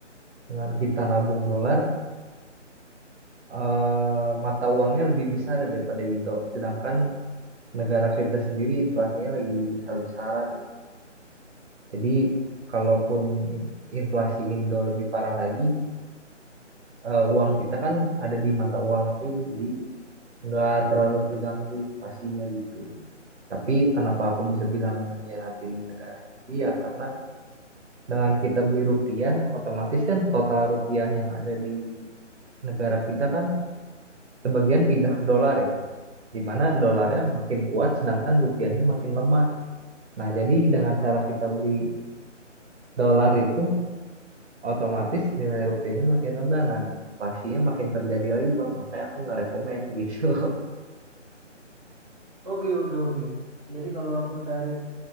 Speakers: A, on the right; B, on the right.
A: dengan kita nabung dolar eh, mata uangnya lebih besar daripada Indo, sedangkan negara kita sendiri inflasinya lagi besar-besaran. Jadi kalaupun in- inflasi Indo lebih parah lagi, eh, uang kita kan ada di mata uang lain, jadi nggak terlalu terganggu invasinya gitu. Tapi kenapa aku bisa bilang ngehianatin negara sendiri ya karena dengan kita beli rupiah, otomatis kan total rupiah yang ada di negara kita kan sebagian pindah ke dolar ya, di mana dolarnya makin kuat sedangkan rupiahnya makin lemah. Nah, jadi dengan cara kita beli dolar itu otomatis nilai rupiahnya makin rendah, nah inflasinya makin terjadi lagi bang, makanya aku nggak rekomen gitu. <laughs>
B: Oke, oke, oke. Jadi kalau aku tarik